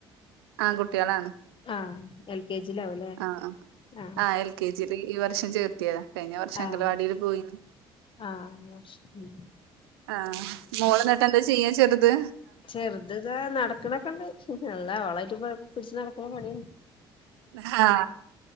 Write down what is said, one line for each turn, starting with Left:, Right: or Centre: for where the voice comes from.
Right: ആങ്കുട്ട്യളാണ്
Left: ആഹ് എൽ കെ ജിയിലാവുംല്ലേ
Right: ആ ആ
Left: ആഹ്
Right: ആ എൽ കെ ജി <unintelligible> ഈ വർഷം ചേർത്തിയതാ കഴിഞ്ഞ വർഷം
Left: ആഹ്
Right: അങ്കലവാടീല് പോയി
Left: ആഹ് ഉം
Right: ആ മോളന്നിട്ടെന്താ ചെയ്യാ ചെറ്ത്
Left: ചെറ്ത് ദാ നടക്കണക്ക്ണ്ട് നല്ല ഓളായിട്ട്പ്പോ പിടിച്ച് നടക്കണ പണി
Right: ഹാ